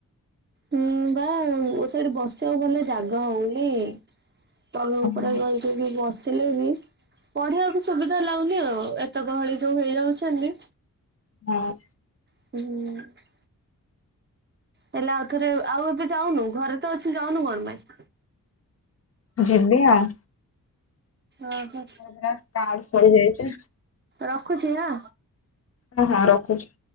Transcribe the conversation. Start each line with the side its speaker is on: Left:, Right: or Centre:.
Right: ହୁଁ ବା ଓ ସେଇଠି ବସିବାକୁ ଭଲ ଜାଗା ହଉନି। <unintelligible>
Left: ହଁ
Right: ଉପରେ ଗଲକୁ ବି ବସିଲେ ବି ପଢିବାକୁ ସୁବିଧା ଲାଗୁନି ଆଉ ଏତେ ଗହଳି ଯୋଉ ହେଇଯାଉଛନ୍ତି।
Left: ହଁ।
Right: ହୁଁ। ହେଲା ଆଉ ଥରେ ଆଉ ଏବେ ଯାଉନୁ ଘରେ ତ ଅଛୁ ଯାଉନୁ କଣ ପାଇଁ?
Left: ଯିବି ଆଉ।
Right: ଓ ହୋ।
Left: <unintelligible> ସରିଯାଇଛ
Right: ରଖୁଛି ହଁ।
Left: ହଁ ହଁ ରଖୁଛି।